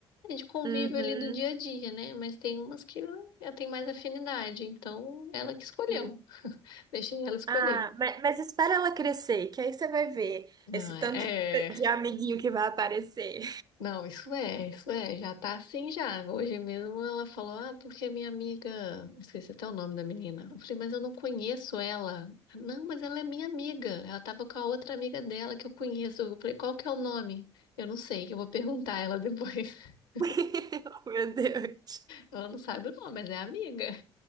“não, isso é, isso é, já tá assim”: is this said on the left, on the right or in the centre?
Left